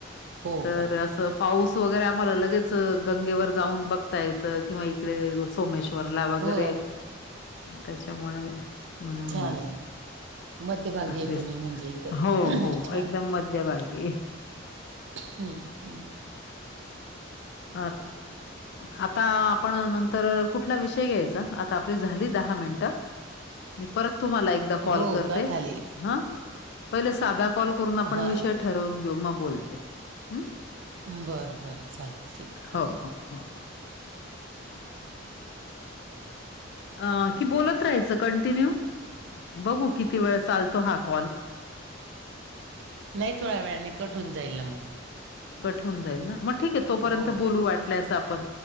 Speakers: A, on the right; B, on the left.
A: हो
B: तर
A: का
B: असं पाऊस वगैरे आम्हाला लगेच गंगेवर जाऊन बघता येत ता किंवा इकडे सोमेश्वरला वगैरे
A: हो
B: त्याच्यामुळे हम्म
A: छानय मध्यभागीय
B: तेच
A: तुम्ही म्हणजे एकदम
B: हो, हो
A: छान
B: एकदम मध्यभागी
A: हम्म हम्
B: हा <inaudible> आता आपण नंतर कुठला विषय घ्यायचा आता आपली झाली दहा मिनटं मी परत तुम्हाला एकदा कॉल
A: हो
B: करते
A: का थाली
B: हा पहिले साधा कॉल करून आपण
A: हा
B: विषय ठरवून घेऊ मग बोलते हं.
A: बरं बरं चालेल ठीक आहे
B: हो हो हो अ की बोलत राहायचं कंटिन्यू बघू किती वेळ चालतो हा कॉल
A: नाही थोड्या वेळाने कठ होून जाईल ना मग
B: कट होऊन जाईल ना मग ठीक आहे तोपर्यंत
A: हो.
B: बोलू वाटलंय असं आपण